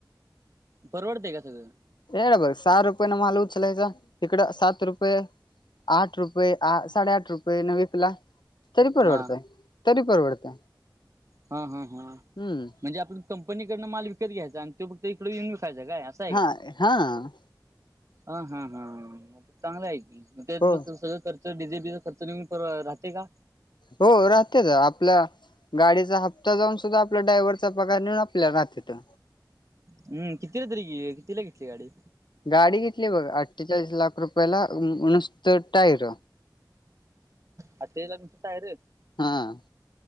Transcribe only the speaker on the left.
ये इकडं बघ सहा रुपय न माल उचलायचा, इकडं सात रुपय आठ रुपय, साडेआठ रुपये, न वीकला तरी परवडतय
तरी परवडतय.
हम्म
हां हां.
हो
हो राहत्यात आपल्या गाडीचा हप्ता जाऊन सुद्धा आपल्या ड्रायव्हरचा पगार निघून, आपल्याला राहात्यात.
गाडी घेतली बघ अठ्ठेचाळीस लाख रुपयाला नुसत टायर
हम्म.